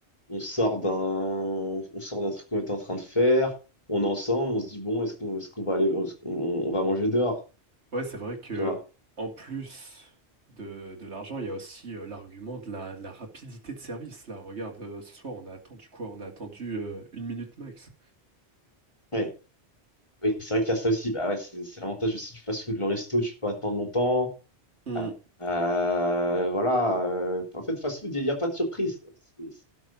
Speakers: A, on the left; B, on the right.
A: on sort d'un, on sort d'un truc qu'on était en train de faire, on est ensemble, on se dit bon, est-ce qu'on, est-ce qu'on va aller, est-ce qu'on- on, va manger dehors,
B: Ouais, c'est vrai que
A: tu vois?
B: en plus de, de l'argent, il y a aussi euh, l'argument de la, de la rapidité de service. Là, regarde, euh, ce soir, on a attendu quoi? On a attendu euh, une minute max.
A: Ouais, oui, c'est vrai qu'il y a ça aussi, bah ouais, c'est c'est l'avantage aussi du fast-food, le resto, tu peux attendre longtemps,
B: Hmm.
A: Euh, voilà. euh, en fait, fast food, il n'y a, pas de surprise. quoi. C'est